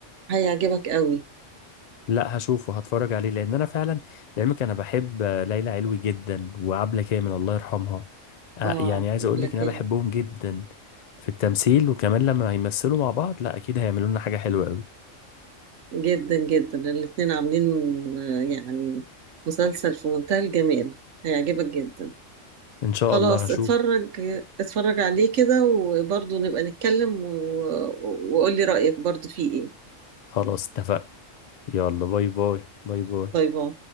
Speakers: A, on the right; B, on the left.
A: هيعجبك قوي
B: لا هشوفه هتفرج عليه لان انا فعلا لعلمك انا بحب آه، ليلى علوي جدا وعبلة كامل الله يرحمها آه،
A: اه
B: يعني عايز
A: قبل
B: اقول لك
A: كان
B: ان انا بحبهم جدا في التمثيل وكمان لما هيمثلوا مع بعض لا اكيد هيعملوا لنا حاجة حلوة قوي
A: جدا جدا الاتنين عاملين آه، يعني مسلسل في منتهى الجمال هيعجبك جدا
B: ان شاء
A: خلاص
B: الله هشوف
A: اتفرج اتفرج عليه كده وبرضه نبقى نتكلم و... وقول لي رأيك برضه فيه ايه
B: خلاص اتفقنا يلا باي باي باي باي
A: باي باي